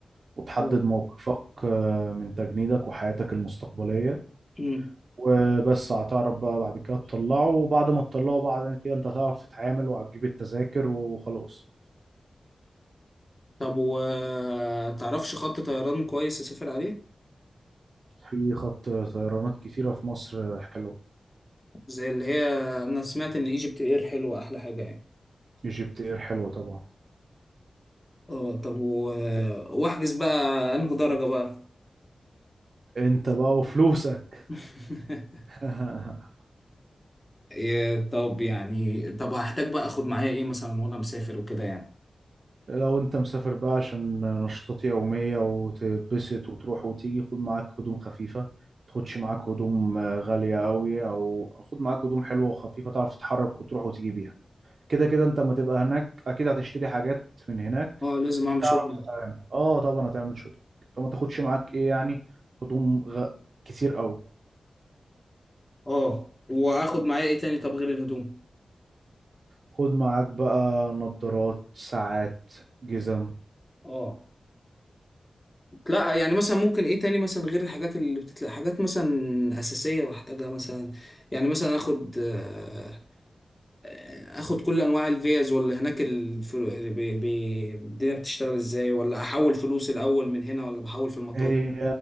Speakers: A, on the right; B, on the left.
A: وتحدد
B: اه
A: موقفك آه، من تجنيدك وحياتك المستقبلية
B: امم
A: وبس هتعرف بقى بعد كده تطلعه وبعد ما تطلعه بعد كده انت هتعرف تتعامل وهتجيب التذاكر وخلاص
B: طب وتعرفش خط طيران كويس اسافر عليه
A: في خط طيرانات كتيرة في مصر حلوة
B: زي اللي هي انا سمعت ان ايجيبت اير حلوه احلى حاجه يعني
A: ايجيبت اير حلوة طبعا
B: اه طب و... واحجز بقى انه درجه بقى
A: انت بقى وفلوسك
B: <laughs>
A: <laughs>
B: إيه، طب يعني طب هحتاج بقى اخد معايا ايه مثلا وانا مسافر وكده يعني
A: لو انت مسافر بقى عشان نشاطات يومية وتتبسط وتروح وتيجي خد معاك هدوم خفيفة تاخدش معاك هدوم آه، غالية قوي او خد معاك هدوم حلوة وخفيفة تعرف تتحرك وتروح وتيجي بيها كده كده انت اما تبقى هناك اكيد هتشتري حاجات من هناك
B: اه لازم
A: فتعرف
B: اعمل شغل
A: تتعامل اه طبعا هتعمل شوبينج فما تاخدش معاك ايه يعني هدوم غ... كتير قوي
B: اه واخد معايا ايه تاني طب غير الهدوم
A: خد معاك بقى نظارات ساعات جزم
B: اه لا يعني مثلا ممكن ايه تاني مثلا غير الحاجات اللي بتتلاقي حاجات مثلا اساسيه بحتاجها مثلا يعني مثلا اخد آه، آه، اخد كل انواع الفيز ولا هناك الفلو... بي... بي... الدنيا بتشتغل ازاي ولا احول فلوس الاول من هنا ولا بحول في المطار
A: هي